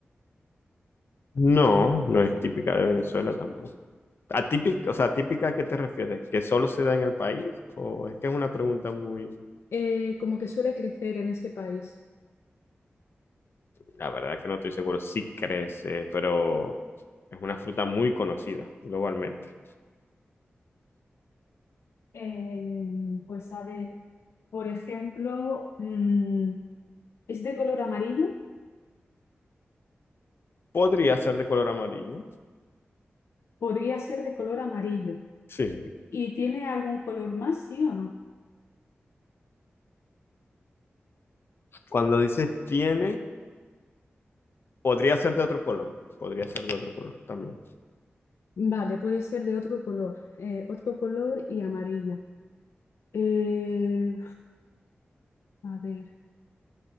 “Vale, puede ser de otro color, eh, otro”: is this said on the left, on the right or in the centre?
Left